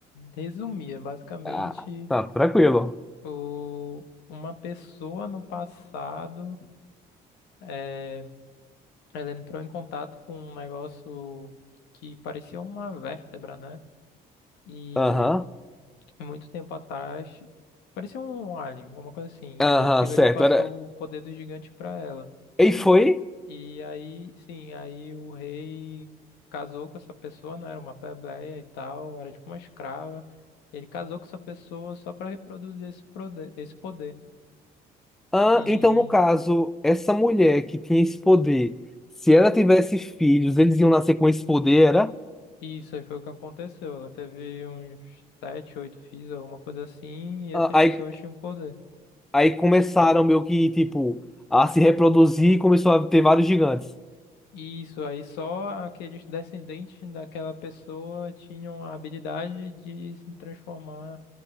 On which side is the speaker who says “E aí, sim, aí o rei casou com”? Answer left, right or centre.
Left